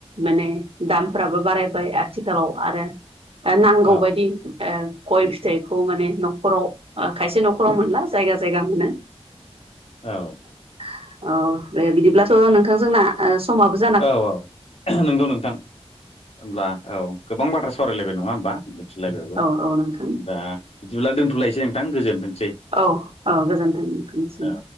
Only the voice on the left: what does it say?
औ
औ।
औ औ <unintelligible> नोंगौ नोंथां होनब्ला औ गोबां बाथ्रा सावरायलायबाय नङा होमबा? मिथिलायबायबो
दा बिदिब्ला दोनथ'लायसै नोंथां गोजोनथोंसै।
औ